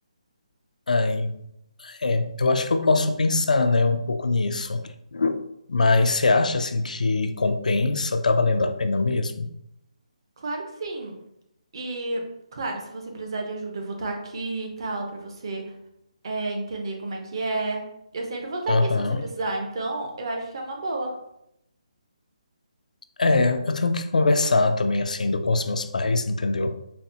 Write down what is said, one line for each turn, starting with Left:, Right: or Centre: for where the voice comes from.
Left: Aí, é, eu acho que eu posso pensar, né, um pouco nisso. Mas você acha, assim, que compensa? Tá valendo a pena mesmo?
Right: Claro que sim. E claro, se você precisar de ajuda, eu vou estar aqui e tal pra você é, entender como é que é. Eu sempre vou estar
Left: Aham.
Right: aqui se você precisar, então eu acho que é uma boa.
Left: É, eu tenho que conversar também, assim, ainda com os meus pais, entendeu?